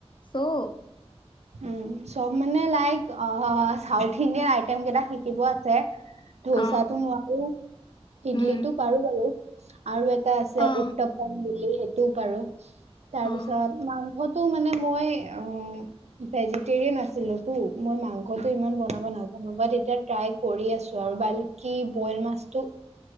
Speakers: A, on the left; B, on the right.
A: চ'
B: উম, চব মানে লাইক অ' চাউথ ইণ্ডিয়ান আইটেম কেইটা শিকিব আছে। ধোছাটো
A: অ
B: নোৱাৰো। ইডলিটো
A: উম
B: পাৰো বাৰু আৰু এটা আছে
A: অ
B: উত্তপ। টপ বুলি সেইটো পাৰো তাৰপিছত
A: অ উম
B: মাংসটো মানে মই অ' ভেজিটেৰিয়ান
A: তেতিয়া
B: আছিলোঁ তো মই মাংসটো ইমান বনাব নাজানো বাট এতিয়া ট্ৰাই কৰি আছো আৰু বা কি বইল মাছটো